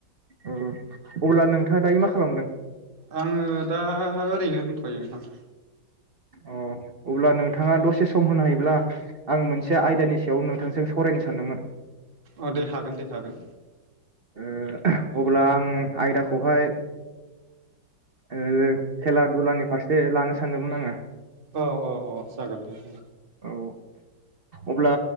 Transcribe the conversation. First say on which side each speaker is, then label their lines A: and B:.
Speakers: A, on the right (about 45°); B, on the right (about 30°).
A: औ अब्ला नोंथाङा दायो मा खालामदों?
B: आङो दा ओरैनो दोनथ'यो नोंथां।
A: अ अब्ला नोंथाङा दसे सम होनो हायोब्ला आं मोनसे आयदानि सायाव नोंथांजों सावरायनो सानदोंमोन।
B: अ दे हागोन दे हागोन।
A: ओ अब्ला आं। आयदाखौहाय ओ खेला दुलानि फारसे लानो सानदोंमोन आङो।
B: औ औ औ जागोन दे।
A: औ अब्ला